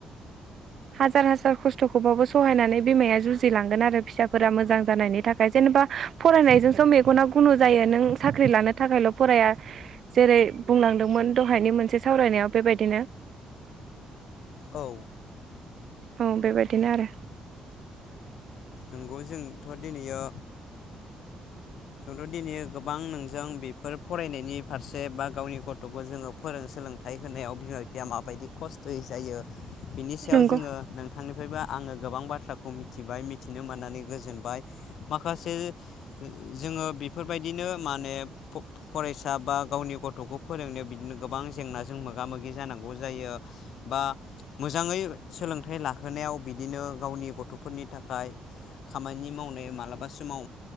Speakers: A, on the right; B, on the left.
A: हाजार हाजार खस्थखौबाबो सहायनानै बिमाया जुजिलांगोन आरो फिसाफोरा मोजां जानायनि थाखाय जेनेबा फरायनायजोंस मेगना गुनु जायो नों साख्रि लानो थाखायल फराया जेरै बुंलांदोंमोन दहायनि मोनसे सावरायनायाव बेबायदिनो
B: औ
A: औ बेबायदिनो आरो
B: नंगौ जोंथ दिनैयो जोंथ दिनै गोबां नोंजों बेफोर फरायनायनि फारसे बा गावनि गथ'खौ जोंङो फोरों सोलोंथाइ होनायाव बिमा बिफा <unintelligible> बायदि खस्थ'यै जायो बिनि सायाव
A: नंगौ
B: जोंङो नोंथांनिफ्रायबो आंङो गोबां बाथ्राखौ मिथिबाय मिथिनो मोननानै गोजोनबाय माखासे जोंङो बेफोरबायदिनो माने फ फरायसा बा गावनि गथ'खौ फोरोंनायाव बिदिनो गोबां जेंनाजों मोगा मोगि जानांगौ जायो बा मोजाङै सोलोंथाइ लाहोनायाव बिदिनो गावनि गथ'फोरनि थाखाय खामानि मावनाय मालाबा सोमाव